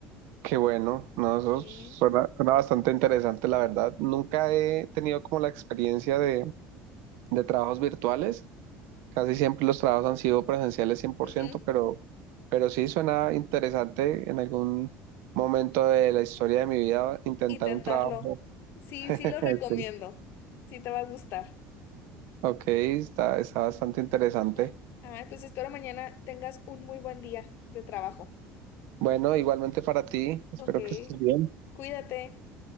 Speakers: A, on the right (about 70°); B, on the left (about 60°).
A: Qué bueno, ¿no? Eso
B: Sí.
A: suena, suena bastante interesante, la verdad. Nunca he tenido como la experiencia de, de trabajos virtuales, casi siempre los trabajos han sido presenciales cien por
B: Ujú,
A: ciento, pero, pero sí suena interesante en algún momento de la historia de mi vida intentar
B: Intentarlo.
A: un trabajo.
B: Sí,
A: <laughs>
B: sí lo recomiendo. Sí te va a gustar.
A: Ok, está, está bastante interesante.
B: Ah, ah, pues espero mañana tengas un muy buen día de trabajo.
A: Bueno, igualmente para ti, espero
B: Ok,
A: que estés bien.
B: cuídate.